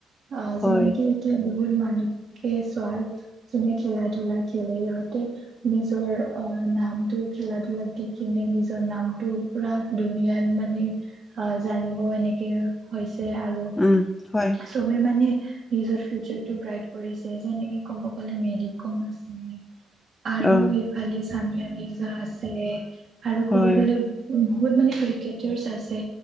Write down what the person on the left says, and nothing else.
হয়
উম হয়
অ
হয়